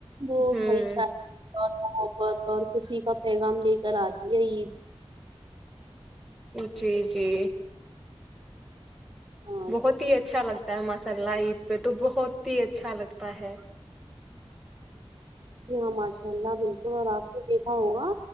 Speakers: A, on the right (about 50°); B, in the centre.
A: وہ
B: ہ
A: بھائی چارے اور محبت اور خوشی کا پیغام لے کر آتی ہے عید
B: جی جی
A: ہاں
B: بہت ہی اچھا لگتا ہے ماشاء اللہ عید پہ تو بہت ہی اچھا لگتا ہے
A: جی ہاں ماشاء اللہ بالکل اور آپ نے دیکھا ہوگا